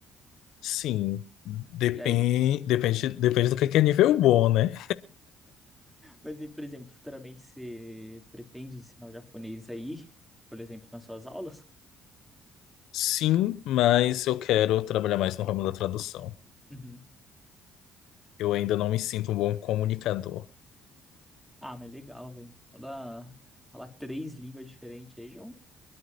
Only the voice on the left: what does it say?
Sim, depende,
depende, depende do que que é nível bom, né?
Sim, mas eu quero trabalhar mais no ramo da tradução.
Eu ainda não me sinto um bom comunicador.